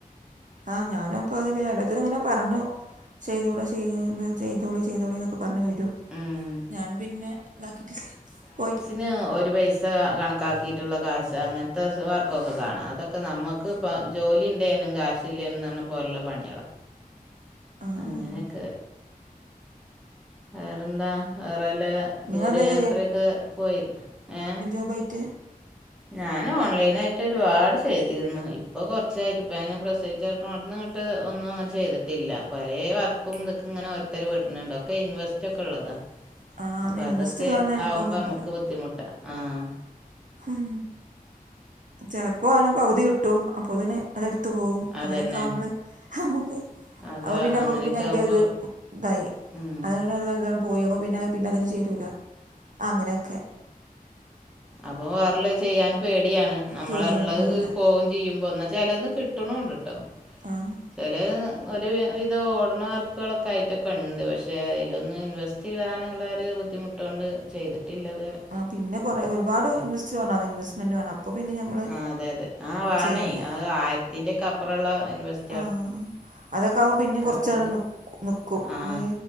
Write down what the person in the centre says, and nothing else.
ഉം
ന് ഒരു പൈസ കണക്കാക്കിയിട്ടുള്ള കാശ് അങ്ങനത്തെ വർക്ക് ഒക്കെ കാണാം അതൊക്കെ നമ്മ ഇക്ക് പ ജോലി ഉണ്ടേനും കാശ് ല്ലേനും ന്നറഞ്ഞാ പോലുള്ള പണികളാ
അങ്ങനെക്കെ
വേറെന്താ വേറെല്ല
ദൂരയാത്രയൊക്കെ പോയിരിന്നാ ഏഹ്
ഞാന് ഓൺലൈൻ ആയിട്ട് ഒരുപാട് ചെയ്യതിരുന്നു. ഇപ്പൊ കൊറച്ചായിട്ട് ഇപ്പ ഞാന് പ്രസവി ചെട്ക്കണോട്ത്ത്ന്ന് ങ്ങട്ട് ഒന്നും അങ്ങനെ ചെയ്തിട്ടില്ല പരേ വർക്കും ഇതക്കങ്ങനെ ഓരോരുത്തര് വിടുന്നുണ്ട് ഒക്കെ ഇൻവെസ് സ്റ്റൊക്കെള്ളതാ
അപ്പ
അതൊക്കെ
ആവുമ്പോ
അമ്മക്ക് ബുദ്ധിമുട്ടാ ആഹ്
അതന്നെ.
അതൊ
അങ്ങനെയൊക്കെ
ആവുമ്പോ
ഉം
അപ്പോ വേറെല്ല ചെയ്യാൻ പേടിയാണ് നമ്മള്
ഇള്ളത്
പോകും ചെയ്യും എന്നാ ചെലത് നിക്ക് കിട്ടണോണ്ട്ട്ടോ
ചെല് ഒരു വിധം ഓടണ വർക്കുകളൊക്കെ ആയിട്ടൊക്കെ ഇണ്ട് പഷേ അയിലൊന്ന് ഇൻവെസ് റ്റിടാന്ള്ള് രു ബുദ്ധിമുട്ടുകോണ്ട് ചെയ്തിട്ടില്ലതുവരെ
ആഹ് അതെ അതെ ആഹ് വാണേ
ആഹ് ആയിരത്തിന്റെക്കെപ്പറോള്ള ഇൻവെസ്
നമുക്ക്
ആ